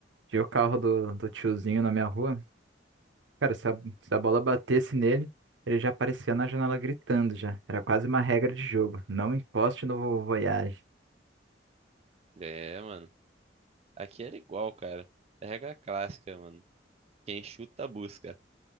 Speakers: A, on the right (about 80°); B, on the right (about 35°).
A: Tinha o carro do, do tiozinho na minha rua. Cara, se a, se a bola batesse nele, ele já aparecia na janela gritando já. Era quase uma regra de jogo. Não encoste no Voyage.
B: É, mano, aqui era igual, cara. É regra clássica, mano. Quem chuta, busca.